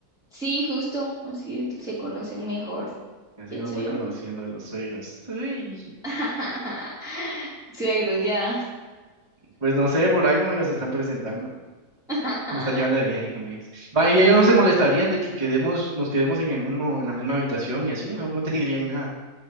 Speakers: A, in the centre; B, on the right.
A: Sí, justo, así se conocen mejor,
B: Así
A: pienso
B: los voy
A: yo.
B: conociendo de los suegros. Uy.
A: <laughs> Suegros, ya.
B: Pues no sé, por algo me los están presentando.
A: <laughs>
B: Me están llevando de viaje con ellos. Va, y ellos no se molestarían de que quedemos, nos quedemos en el mismo, en la misma habitación y así, no, no te dirían nada.